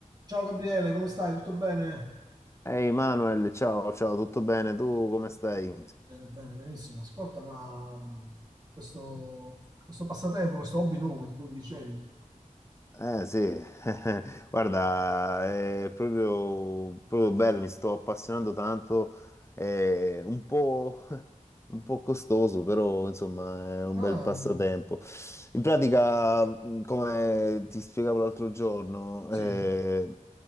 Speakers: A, on the right; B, on the left.
A: Ciao Gabriele, come stai? Tutto bene?
B: Ehi Manuel, ciao, ciao, tutto bene? Tu come stai?
A: Bene, bene, benissimo. Ascolta, ma mh, questo, questo passatempo, questo hobby nuovo di cui mi dicevi.
B: Eh sì, <laughs> guarda, è proprio, proprio bello, mi sto appassionando tanto, eh, un po', Un po' costoso, però insomma è un
A: Ah,
B: bel passatempo. In pratica, mh, come ti spiegavo l'altro giorno,
A: sì,
B: eh,